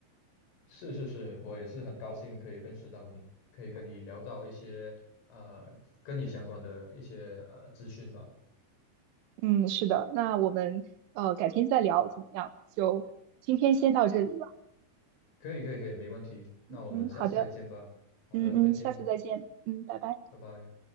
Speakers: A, on the left (about 80°); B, on the right (about 85°).
A: 是是是，我也是很高兴可以认识到你，可以跟你聊到一些呃跟你相关的一些呃资讯吧。
B: 嗯，是的，那我们呃改天再聊怎么样？就今天先到这里了。
A: 可以可以可以，没问题。那我们下次再见吧。
B: 嗯，好的，
A: 好的，
B: 嗯嗯，
A: 再见，
B: 下次再见。嗯，拜拜。
A: 拜拜。